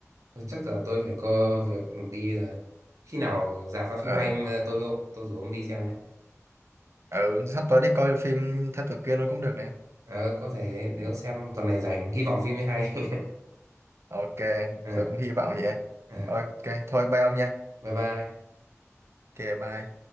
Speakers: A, on the right; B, on the right.
A: Thôi chắc giờ tôi phải có việc đi rồi. Khi nào rạp ra phim
B: ừ
A: hay em, ờ, tôi với ông, tôi rủ ông đi xem nhé.
B: ừ sắp tới đi coi phim thám tử kia luôn cũng được nè
A: Ờ, có thể nếu xem tuần này rảnh, hy vọng phim mới hay. <laughs>
B: ok
A: à,
B: tôi cũng hy vọng vậy
A: à,
B: ok thôi bye ông nha
A: bye bye.
B: ok bye